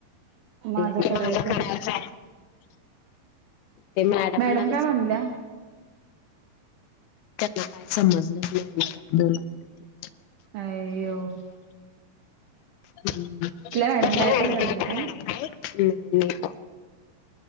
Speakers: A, on the right; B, on the left.
A: माझं
B: झालं
A: करायचं आहे
B: ते मॅडमांना
A: मॅडम काय
B: विचारलं
A: म्हणल्या
B: त्यांना काय समजलेच नाही मी काय बोलालोय ते
A: अय्यो
B: हम्
A: मॅडम गायकवाड मॅडम काय